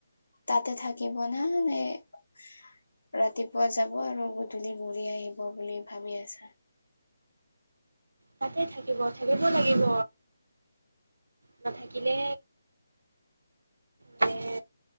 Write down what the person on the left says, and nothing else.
তা'তে থাকিব না, নে- ৰাতিপুৱা যাব আৰু গধূলি ঘূৰি আহিব বুলি ভাবি আছে।